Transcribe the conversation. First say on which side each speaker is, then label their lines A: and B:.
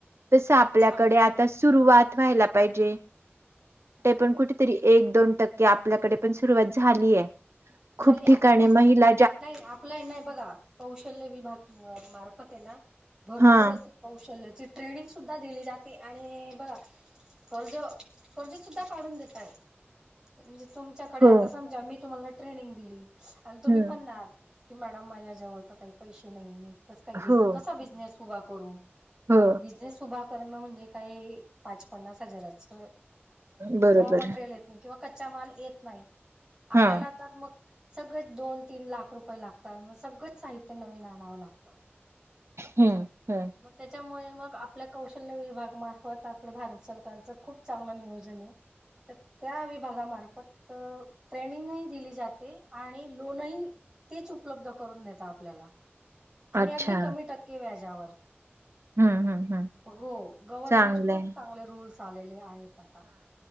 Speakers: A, on the right; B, on the right.
A: तस आपल्याकडे
B: जागृत
A: आता सुरुवात व्हायला पाहिजे. पण कुठेतरी एक दोन टक्के आपल्याकडे पण सुरुवात झालीय. खूप
B: झाली आपलं
A: ठिकाणी
B: कौश
A: महिला --
B: नाही आपलं नाही बघा कौशल्य विभाग मार्फत हेना भरपूर
A: हा
B: असं कौशल्याची ट्रेनिंग सुद्धा दिली जाते आणि बघा कर्ज -- कर्ज सुद्धा काढून देतय म्हणजे तुमच्याकडे
A: हो
B: आता समजा मी तुम्हाला ट्रेनिंग दिली आणि तुम्ही
A: हम्म.
B: म्हणणार की मॅडम माझ्या जवळ तर काही पैसे नाही मी स का बि
A: हो.
B: कसा बिझनेस उभा करू
A: हो
B: मग बिझनेस उभा करण म्हणजे काही पाच पन्नास हजारच रॉ
A: बरोबर
B: रॉ मटरियल येत नाही. किंवा कच्चा माल येत नाही. आपल्याला
A: हा.
B: -- तर मग सगळेंच दोन, तीन लाख रुपये लागतात. मग सगळंच साहित्य नवीन आणावं लागतं. <inaudible>
A: हम्म, हम्म.
B: मग त्याच्यामुळे मग आपल्या कौशल्य विभागमार्फत आपलं भारत सरकारच खूप चांगलं नियोजनए. तर त्या विभागामार्फत ट्रेनिंगही दिली जाते आणि लोनही तेच उपलब्ध करून देत आपल्याला. आणि
A: अच्छा
B: अगदी कमी टक्के व्याजावर.
A: हम्म हम्म हम्म
B: हो. गव्हर्मेंटचे
A: चांगलंय
B: खूप चांगले रूल्स आलेले आहेत आता.